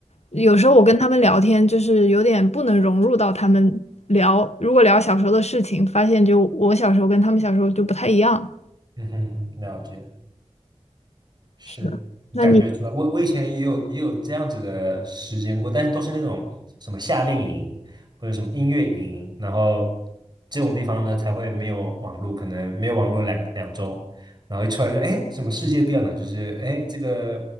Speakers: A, on the left; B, on the right.
A: 有时候我跟他们聊天，就是有点不能融入到他们聊，如果聊小时候的事情，发现就我小时候跟他们小时候就不太一样。
B: 嗯哼嗯哼了解。是，
A: 是的，
B: 我感觉出来。
A: 那你，
B: 我我以前也有也有这样子的时间过，但是都是那种什么夏令营或者什么音乐营，然后这种地方呢才会没有网络，可能没有网络两两周，然后一出来就哎，什么世界变了，就是哎这个